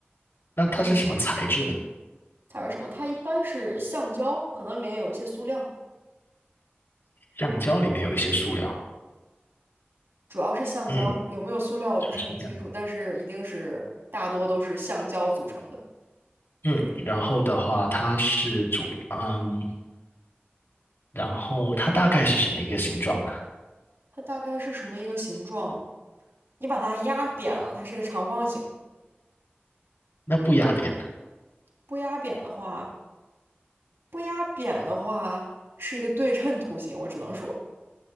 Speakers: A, on the left (about 70°); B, on the right (about 80°).
A: 那它是什么材质呢？
B: 它是什么？它一般是橡胶，可能里面有一些塑料，
A: 橡胶里面有一些塑料，
B: 主要是橡胶，
A: 嗯，
B: 有没有塑料我不是很清楚，
A: 是这样，
B: 但是一定是大多都是橡胶组成的。
A: 嗯，然后的话，它是主，嗯，然后它大概是什么一个形状呢？
B: 它大概是什么一个形状？你把它压扁了，它是个长方形；
A: 那不压扁的
B: 不压扁的话，不压扁的话是一个对称图形。我只能说，